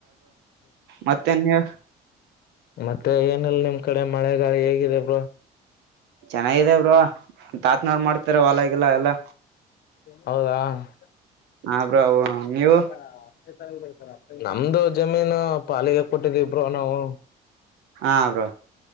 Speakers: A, on the right (about 80°); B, on the left (about 65°).
A: ಮತ್ತೇನ್ <inaudible>
B: ಮತ್ತೆ ಏನಲ್ ನಿಮ್ ಕಡೆ ಮಳೆಗಾಲ ಹೇಗಿದೆ ಬ್ರ
A: ಚೆನ್ನಾಗಿದೆ ಬ್ರ ತಾತ್ನಾಳ್ ಮಾಡ್ತಾರ ಹೊಲಾಗಿಲ್ಲ ಎಲ್ಲ
B: ಹೌದಾ <inaudible>
A: ಹಾ
B: <unintelligible>
A: ಬ್ರೋ ನೀವು
B: ನಮ್ದು ಜಮೀನು ಪಾಲಿಗೆ ಕೊಟ್ಟಿದ್ದಿಬ್ರೋ ನಾವು
A: ಹಾ ಬ್ರೋ